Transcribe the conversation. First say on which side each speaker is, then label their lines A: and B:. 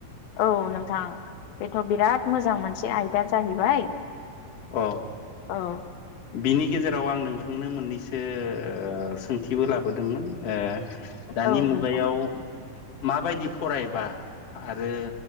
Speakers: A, on the left; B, on the left.
A: औ नोंथां बेथ' बिराद मोजां मोनसे आइदा जाहैबाय
B: अ
A: औ
B: बिनि गेजेराव आं नोंथांनो मोननैसो ओ सोंथिबो लाबो दोंमोन ओ दानि
A: औ
B: मुगायाव
A: नोंथां
B: माबायदि फरायबा आरो